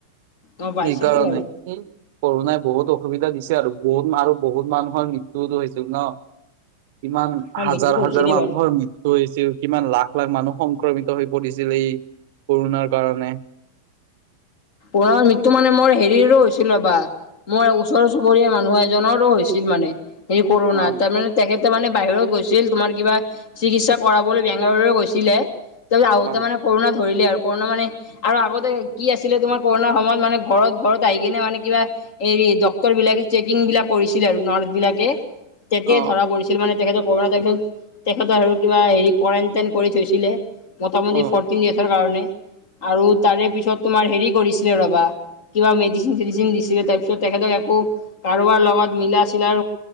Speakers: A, on the left; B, on the right.
A: অ পাইছিলতো
B: সেইকাৰণে
A: বাৰু
B: উম। কৰোণাই বহুত অসুবিধা দিছে আৰু বহুত আৰু বহুত মানুহৰ মৃত্যুও টো হৈছিল ন। ইমান
A: এ
B: হাজাৰ
A: মৃত্যুটো
B: হাজাৰ
A: হৈছিলে
B: মানুহৰ
A: বাৰু
B: মৃত্যু হৈছিল। কিমান লাখ লাখ মানুহ সংক্ৰমিত হৈ পৰিছিল এই কৰোণাৰ কাৰণে। <inaudible>
A: ৱা মৃত্যু মানে মোৰ হেৰিৰো হৈছিল ৰ'বা। মই ওচৰ চুবুৰীয়া মানুহ এজনৰো হৈছিল মানে হেৰি কৰোণা
B: অ
A: তাৰমানে তেখেত। তাৰ মানে বাহিৰত গৈছিল তোমাৰ কিবা চিকিৎসা কৰাবলৈ বেংগালুৰু গৈছিলে। তাৰপিছত আহোতে
B: অ
A: মানে কৰোণা ধৰিলে আৰু কৰোণা মানে আৰু আগতে কি আছিলে তোমাৰ। সময়ত মানে ঘৰত ঘৰত আহি কিনে মানে কিবা সেৰি ডক্তৰ বিলাকে চেকিং বিলাক কৰিছিল আৰু ন। বিলাকে তেতিয়া
B: অ
A: ধৰা পৰিছিল মানে। তেখেতৰ কৰুণা ভাইৰাছে তেখেতৰ আৰু কিবা হেৰি কৰেণ্টাইন কৰি থৈছিলে। মতা মতি
B: অ
A: ফৰ্তিন ডেইছ কাৰণে আৰু তাৰে পিছত তোমাৰ হেৰি কৰিছিলে ৰবা। কিবা মেডিচিন চেডিচিন দিছিলে তাৰ পিছত তেখেতক আকৌ কাৰোবাৰ লগত মিলা চিলাৰ।